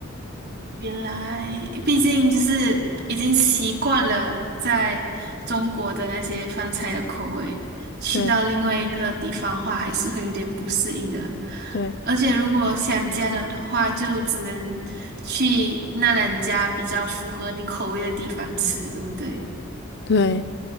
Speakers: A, on the right; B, on the left.
A: 原来，毕竟就是已经习惯了在中国的那些饭菜的口味，去到另外一个地方的话，
B: 对
A: 还是会有点不适应的。
B: 对
A: 而且如果想家的话，就只能去那两家比较符合你口味的地方吃，对不对？
B: 对，